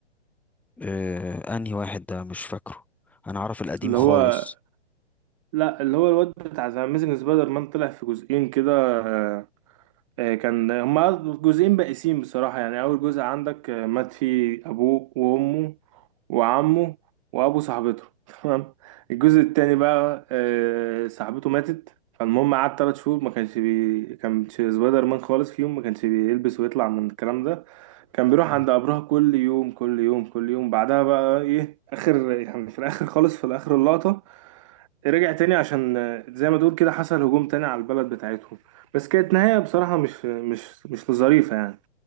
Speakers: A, in the centre; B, on the right.
A: آه، انهي واحد ده مش فاكره انا اعرف القديم
B: اللي
A: خالص
B: هو لا اللي هو الواد بتاع اميزنج سبايدر مان طلع في جزئين كده آه، آه، كان هما جزئين بائسين بصراحة يعني أول جزء عندك آه، مات فيه أبوه وأمه وعمه وأبو صاحبته <laughs> تمام الجزء التاني بقى آه، صاحبته ماتت فالمهم قعد تلات شهور ما كانش بي كانش سبايدر مان خالص فيهم ما كانش بيلبس ويطلع من الكلام ده كان بيروح
A: مم.
B: عند قبرها كل يوم كل يوم كل يوم بعدها بقى ايه اخر يعني في الاخر خالص في الاخر اللقطة رجع تاني عشان آه، زي ما تقول كده حصل هجوم تاني على البلد بتاعتهم بس كانت نهاية بصراحة مش مش مش ظريفة يعني